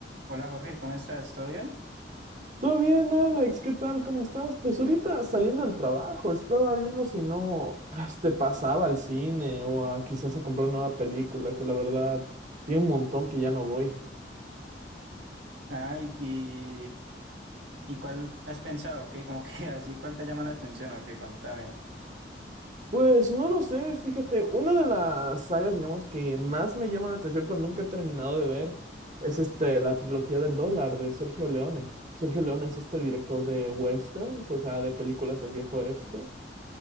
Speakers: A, on the right; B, on the right.
A: Hola Jorge, ¿cómo estás? ¿Todo bien?
B: Todo bien, Alex, ¿qué tal? ¿Cómo estás? Pues ahorita saliendo del trabajo, estaba viendo si no ah, este, pasaba al cine o a quizás a comprar una nueva película, que la verdad tiene un montón que ya no voy.
A: Ah, y, y, y cuál has pensado? ¿Qué? Como que <laughs> así, ¿cuál te llama la atención? ¿O qué? Contame.
B: Pues no lo sé, fíjate, una de las sagas, digamos, que más me llama la atención, pero nunca he terminado de ver, es este, la trilogía del dólar de Sergio Leone. Sergio Leone es este director de westerns, o sea, de películas del viejo oeste.